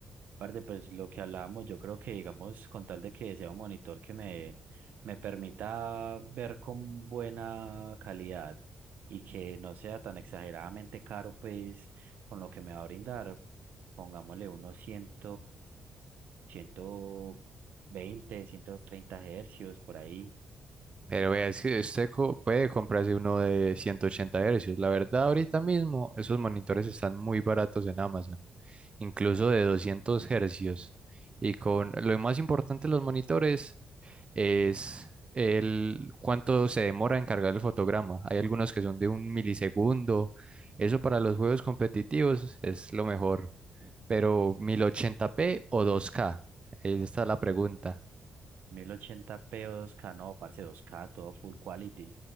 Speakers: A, on the right; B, on the right.
A: Aparte, pues lo que hablábamos, yo creo que, digamos, con tal de que sea un monitor que me, me permita ver con buena calidad y que no sea tan exageradamente caro, pues con lo que me va a brindar, pongámosle unos cien, ciento veinte ciento treinta hercios por ahí.
B: Pero vea, es que usted co- puede comprarse uno de 180 hercios. La verdad, ahorita mismo esos monitores están muy baratos en Amazon, incluso de 200 hercios. Y con lo más importante de los monitores es el cuánto se demora en cargar el fotograma. Hay algunos que son de un milisegundo. Eso para los juegos competitivos es lo mejor. Pero mil ochenta p o dos k esta es la pregunta.
A: 1080p o 2K, no, parce, 2K, todo full quality.